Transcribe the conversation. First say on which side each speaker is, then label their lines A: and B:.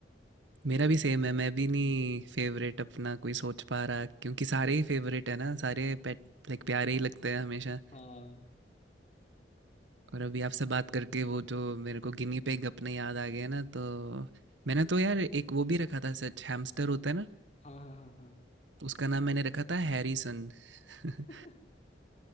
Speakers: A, on the right; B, on the left.
A: मेरा
B: तो वही
A: भी सेम है मैं भी नहीं फेवरेट अपना कोई सोच पा रहा क्योंकि सारे ही फेवरेट है ना सारे
B: हम्म,
A: पेट लाइक प्यारे ही लगते हैं हमेशा
B: हाँ
A: और अभी आपसे बात करके वो जो मेरे को गिनी पिग अपने याद आ गए ना तो मैंने तो यार एक वो भी रखा था सच हैमस्टर होता है ना
B: हाँ हाँ हाँ हाँ
A: तो उसका नाम मैंने रखा था हैरिसन <laughs>
B: <laughs>